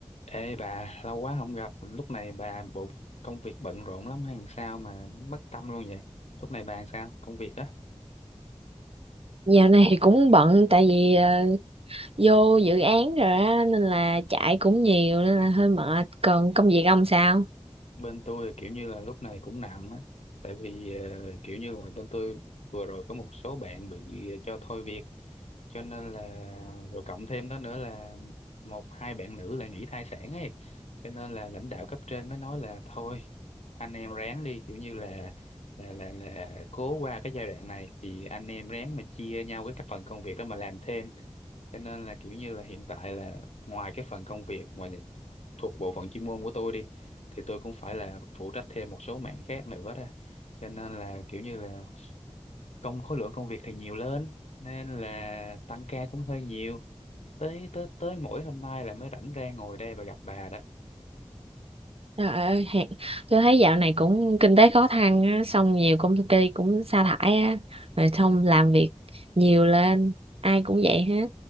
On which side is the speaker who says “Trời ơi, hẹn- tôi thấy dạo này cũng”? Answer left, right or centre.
Right